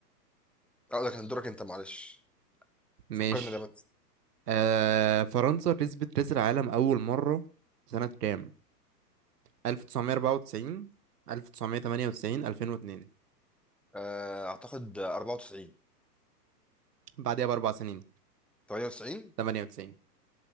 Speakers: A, in the centre; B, on the right.
A: اه ده كان دورك انت معلش
B: ماشي
A: فكرني ده بس
B: آه فرنسا كسبت كأس العالم أول مرة سنة كام 1994 1998 2002
A: آه، اعتقد 94
B: بعديها بأربع سنين
A: 98
B: 98